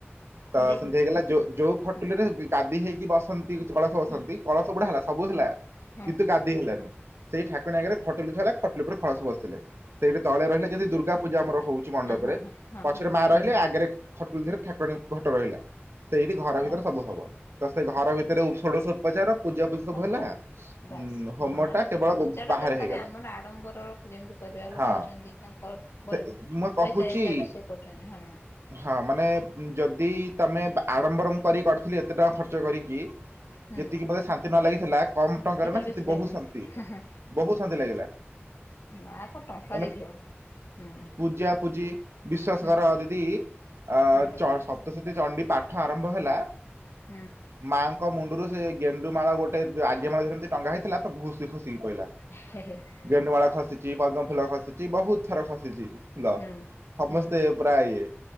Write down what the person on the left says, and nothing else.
ମୁଁ ଦେଖିଛି
ହଁ
ହଁ।
ହଁ
ହଁ
ସେଇ
ହଁ ହଁ ହଁ ହଁ
ହଁ
ଆଚ୍ଛା
ଆଉ
ମୁଁ
ବାସ୍
ମା
ର
ସେ ପୂଜାଟା
ଦରକାର
ଆମର ଆଡ଼ମ୍ବର ଯେମିତି କରିବା ଲୋକ
ଅଛନ୍ତି ତାଙ୍କର
ବ
ପଇସା ହିସାବରେ ସେ କରୁଛନ୍ତି ହଁ
ହୁଁ
ଏଥର
ବେଶୀ ଲାଗିଥିବ
ହଁ
ମା କଁ ଟଙ୍କା
ଦେଖିବ ହୁଁ
ହୁଁ
ହୁଁ
ହୁଁ
ଖ <inaudible>
ହୁଁ
ହୁଁ